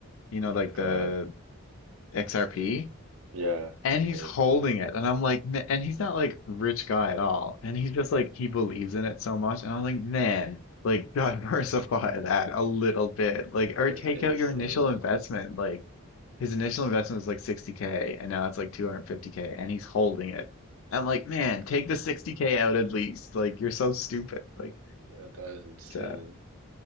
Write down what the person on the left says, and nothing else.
you know,
like
the XRP,
and he's
holding it, and I'm like, "Ma- and he's not like rich guy at all, and he's just like he believes in it so much, and I'm like, man, like diversify <laughs> that a little bit, like
or
take
out your initial investment, like his initial investment was like 60K, and now it's like 250K, and he's holding it. I'm like,
man,
take the 60K out at least, like you're so stupid, like.
Uh,